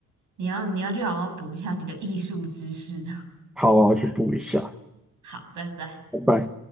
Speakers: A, on the right; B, in the centre.
A: 你要你要去好好补一下你的艺术知识。<laughs>
B: 好啊，我去补一下。
A: 好，拜拜。
B: 拜拜。